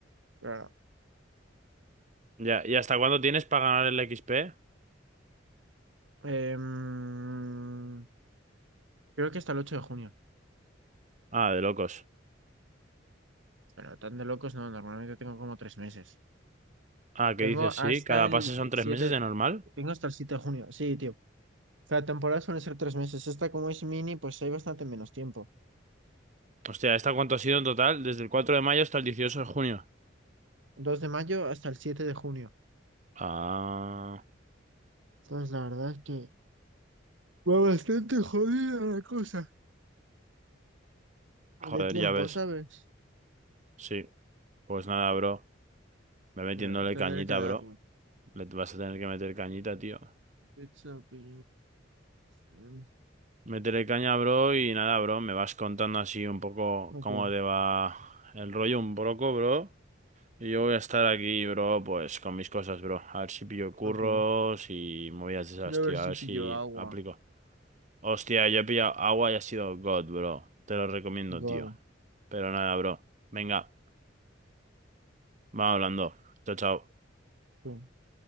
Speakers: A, on the right; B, on the right.
A: Claro.
B: Ya, ¿y hasta cuándo tienes para ganar el XP?
A: Em, creo que hasta el 8 de junio,
B: Ah, de locos.
A: pero tan de locos no, normalmente tengo como tres meses.
B: Ah, ¿qué
A: Tengo
B: dices? Sí,
A: hasta
B: cada
A: el
B: pase son tres
A: 7,
B: meses de normal.
A: tengo hasta el 7 de junio, sí, tío. la temporada suele ser tres meses. Esta, como es mini, pues hay bastante menos tiempo.
B: Hostia, ¿esta cuánto ha sido en total? Desde el 4 de mayo hasta el dieciocho de junio.
A: dos de mayo hasta el siete de junio.
B: Ah,
A: Entonces, la verdad es que va bastante jodida la cosa. De
B: joder,
A: tiempo,
B: ya ves.
A: ¿sabes?
B: Sí, pues nada, bro. Ve metiéndole
A: Ya, tendré
B: cañita,
A: que darle.
B: bro. Le vas a tener que meter cañita, tío.
A: Pizza, pi- mm,
B: Métele caña, bro, y nada, bro. Me vas contando así un poco
A: ok,
B: cómo te va el rollo un poco, bro. Y yo voy a estar aquí, bro, pues con mis cosas, bro. A ver si pillo curros
A: ok.
B: y movidas de esas,
A: Voy A
B: tío.
A: ver si
B: A ver
A: pillo
B: si
A: agua.
B: aplico. Hostia, yo he pillado agua y ha sido God, bro. Te lo recomiendo,
A: God,
B: tío. Pero nada, bro. Venga, vamos hablando. Chao, chao.
A: sí.